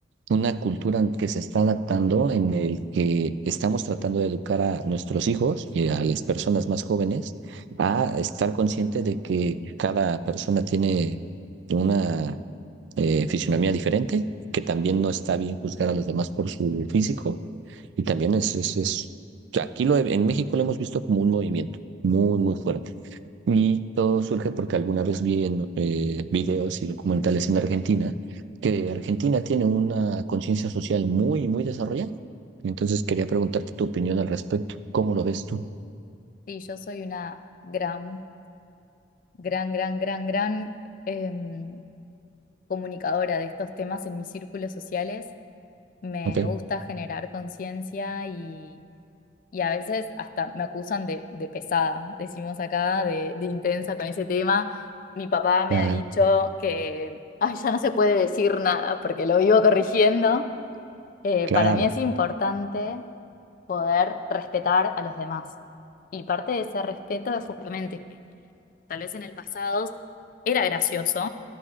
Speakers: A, on the right (about 75°); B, on the left (about 45°).
A: una cultura que se está adaptando en el que estamos tratando de educar a nuestros hijos y a las personas más jóvenes a estar consciente de que cada persona tiene una eh, fisionomía diferente, que también no está bien juzgar a los demás por su físico y también es, es, es- aquí lo, he- en México lo hemos visto como un movimiento muy, muy fuerte. Y todo surge porque alguna vez vi en eh, videos y documentales en Argentina que Argentina tiene una conciencia social muy, muy desarrollada. Entonces quería preguntarte tu opinión al respecto. ¿Cómo lo ves tú?
B: Sí, yo soy una gran, gran, gran, gran, gran em, comunicadora de estos temas en mis círculos sociales. Me
A: Ok.
B: gusta generar conciencia y, y a veces hasta me acusan de, de pesada, decimos acá, de, de intensa con ese tema. Mi papá me
A: Claro,
B: ha dicho que, ay, ya no se puede decir nada porque lo vivo corrigiendo. Eh,
A: claro,
B: para mí es importante. poder respetar a los demás. Y parte de ese respeto es justamente que tal vez en el pasado era gracioso